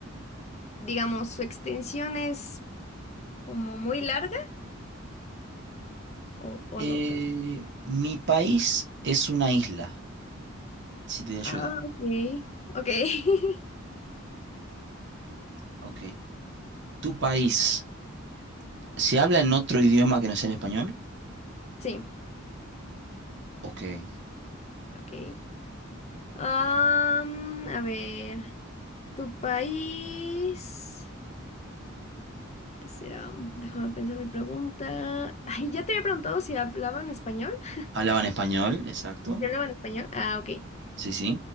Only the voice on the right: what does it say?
Eh,
mi país es una isla, si te ayuda.
Ok. ¿Tu país se habla en otro idioma que no sea el español?
Ok.
Hablaban
español, exacto.
Sí, sí.